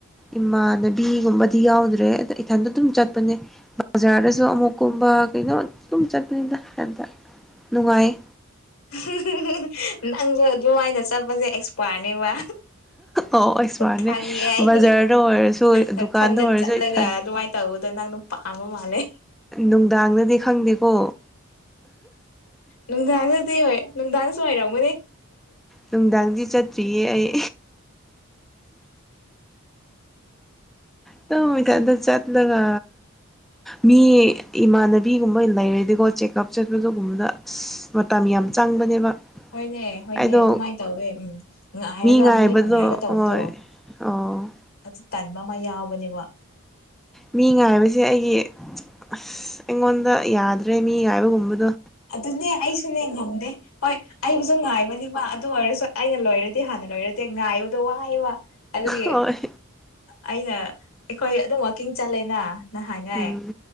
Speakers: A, in the centre; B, on the left.
A: ꯏꯃꯥꯟꯅꯕꯤꯒꯨꯝꯕꯗꯤ ꯌꯥꯎꯗ꯭ꯔꯦ ꯑꯗ ꯏꯊꯟꯇ ꯑꯗꯨꯝ ꯆꯠꯄꯅꯦ ꯕꯖꯥꯔꯗꯁꯨ ꯑꯃꯨꯛꯀꯨꯝꯕ ꯀꯩꯅꯣ ꯑꯗꯨꯝ ꯆꯠꯄꯅꯤꯗ ꯏꯊꯟꯇ ꯅꯨꯡꯉꯥꯏꯌꯦ
B: <unintelligible> ꯅꯪꯁꯨ ꯑꯗꯨꯃꯥꯏꯅ ꯆꯠꯄꯁꯦ ꯑꯦꯛꯁꯄꯥꯔꯅꯦꯕ
A: ꯑꯣ ꯑꯩꯁꯃꯥꯔꯠꯅꯦ
B: ꯈꯪꯉꯦ ꯑꯩ
A: ꯕꯖꯥꯔꯗ ꯑꯣꯏꯔꯁꯨ
B: ꯃꯊꯟꯗ
A: ꯗꯨꯀꯥꯟꯗ ꯑꯣꯏꯔꯁꯨ
B: ꯆꯠꯂꯒ
A: ꯏꯊꯟ
B: ꯑꯗꯨꯃꯥꯏ ꯇꯧꯕꯗꯣ ꯅꯪꯅ ꯄꯥꯃꯝꯕ ꯃꯥꯜꯂꯦ
A: ꯅꯨꯡꯗꯥꯡꯗꯗꯤ ꯈꯪꯗꯦꯀꯣ
B: ꯅꯨꯡꯗꯥꯡꯗꯗꯤ ꯍꯣꯏ ꯅꯨꯡꯗꯥꯡꯁꯨ ꯋꯥꯏꯔꯝꯒꯅꯤ
A: ꯅꯨꯡꯗꯥꯡꯗꯤ ꯆꯠꯇ꯭ꯔꯤꯌꯦ ꯑꯩ ꯇ ꯃ ꯊꯗ ꯆꯠꯂꯒ ꯃꯤ ꯏꯃꯥꯟꯅꯕꯤꯒꯨꯝꯕ ꯂꯩꯔꯗꯤꯀꯣ ꯆꯦꯛꯑꯞ ꯆꯠꯄꯗꯨꯒꯨꯝꯕꯗ ꯑꯁ ꯃꯇꯝ ꯌꯥꯝ ꯆꯪꯕꯅꯦꯕ
B: ꯍꯣꯏꯅꯦ ꯍꯣꯏꯅꯦ
A: ꯑꯩꯗꯣ
B: ꯑꯗꯨꯃꯥꯏꯅ ꯇꯧꯋꯦ ꯎꯝ ꯉꯥꯏꯔꯒ
A: ꯉꯥꯏꯕꯗꯣ
B: ꯃꯤ ꯑꯃ ꯉꯥꯏꯔꯒ ꯇꯧꯕꯗꯣ
A: ꯍꯣꯏ ꯑꯣ
B: ꯑꯗꯨ ꯇꯟꯕ ꯑꯃ ꯌꯥꯎꯕꯅꯦꯕ
A: ꯃꯤ ꯉꯥꯏꯕꯁꯦ ꯑꯩꯒꯤ ꯑꯁ ꯑꯩꯉꯣꯟꯗ ꯌꯥꯗ꯭ꯔꯦ ꯃꯤ ꯉꯥꯏꯕꯒꯨꯝꯕꯗꯣ
B: ꯑꯗꯨꯅꯦ ꯑꯩꯁꯨꯅꯦ ꯉꯝꯗꯦ ꯍꯣꯏ ꯑꯩꯕꯨꯁꯨ ꯉꯥꯏꯕꯅꯦꯕ ꯑꯗꯨ ꯑꯣꯏꯔꯁꯨ ꯑꯩꯅ ꯂꯣꯏꯔꯗꯤ ꯍꯥꯟꯅ ꯂꯣꯏꯔꯗꯤ ꯉꯥꯏꯌꯨꯗꯣ ꯋꯥ ꯋꯥ ꯑꯗꯨꯒꯤ
A: ꯍꯣꯏ
B: ꯑꯩꯅ ꯑꯩꯈꯣꯏ ꯑꯗꯨꯝ ꯋꯀꯤꯡ ꯆꯠꯂꯦꯅꯅ ꯍꯥꯏꯅꯩ
A: ꯎꯝ